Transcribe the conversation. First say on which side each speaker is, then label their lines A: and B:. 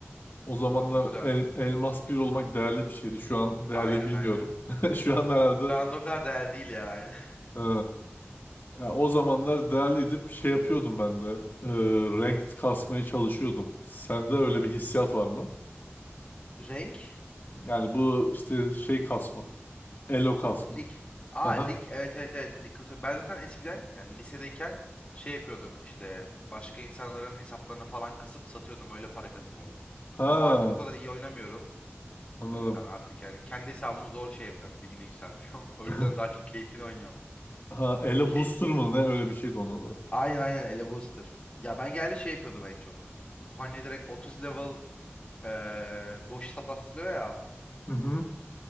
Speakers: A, on the left; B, on the left.
A: O zamanlar
B: O güzel.
A: el- Elmas bir olmak değerli bir şeydi. Şu an değerli
B: Aynen
A: mi bilmiyorum.
B: aynen.
A: <laughs> Şu an herhalde
B: Şu anda o kadar değerli değil ya. <laughs> Aynen.
A: e, ya o zamanlar değerliydi. Bir şey yapıyordum ben de. E, ranked kasmaya çalışıyordum. Sende öyle bir hissiyat var mı?
B: Renk
A: Yani bu işte şey kasma. Elo kasma.
B: Lig. Aa
A: Aha.
B: lig evet evet evet lig kasıyor. Ben zaten eskiden yani lisedeyken şey yapıyordum işte başka insanların hesaplarını falan kasıp satıyordum öyle para kazanıyordum.
A: Ha,
B: Ama artık o kadar iyi oynamıyorum.
A: anladım.
B: O yüzden artık yani kendi hesabımı zor şey yapıyorum ligini yükseltiyorum. <laughs> O
A: <laughs>
B: yüzden daha çok keyfini oynuyorum.
A: Ha, Ele
B: Ki
A: Booster mı ne öyle bir şeydi onun adı.
B: aynen aynen Ele Booster. Ya ben genelde şey yapıyordum en çok. Bu hani direkt 30 level eee, boş hesaplar satılıyor ya.
A: Hı hı.